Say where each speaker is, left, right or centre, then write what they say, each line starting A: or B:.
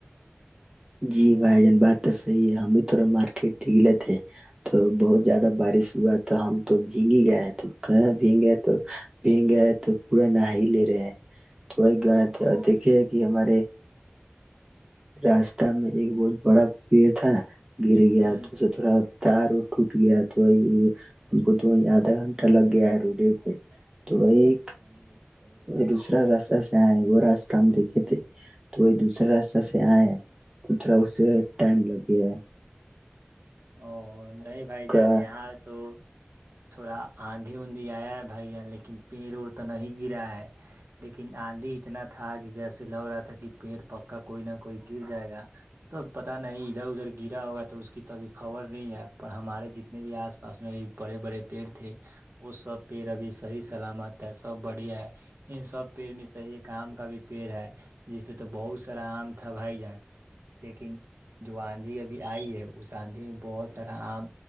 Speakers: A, on the right; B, on the right.
A: جی بھائی جان بات تو صحیح ہے ہمد تھا مارکیٹ نگلے تھے تو بہت زیادہ بارش ہوا تو ہم تو بھیگ ہی گیا ہے تو کہاں بھیگ گیا تو بھیگ گیا ہے تو پورا نہاائی لے رہے ہیں تو وہی گ دیکھے کہ ہمارے راستہ میں ایک بہت بڑا پیڑ تھا گر گیا
B: ہوں
A: تو اسے تھوڑا تار ٹوٹ گیا تو وہ ہم کو تو وہ آدھا گھنٹہ لگ گیا ہے روڈے پہ تو وہی دوسرا راستہ سے آئے وہ راستہ ہم دیکھے تھے تو وہی دوسرا را سے آئے تو تھڑا اس سے ٹائم لگ گ
B: او نہیں بھائی جان
A: کا
B: یہاں تو تھوڑا آندھی اندھی آیا ہے بھائی یہان لیکن پیڑ اڑ تو نہیں گرا ہے لیکن آندھی اتنا تھا کہ جیسے لگ رہا تھا کہ پیڑ پک کا کوئی نہ کوئی گر جائے گا تو پت نہیں ادھر ادھر گرا ہوگا تو اس کی تو ابھی خبر نہیں ہے پر ہمارے جتنے بھی آس پاس میں بھی بڑے بڑے پیڑ تھے وہ سب پیڑ ابھی صحیح سلامت ہے سب بڑھیا ہے ان سب پیڑ میں تو ایک آم کا بھی پیڑ ہے جس پہ تو بہت سرا آم تھا بھائی جان لیکن جو آندھی ابھی آئی ہے اس آندھی میں بہت سارا آم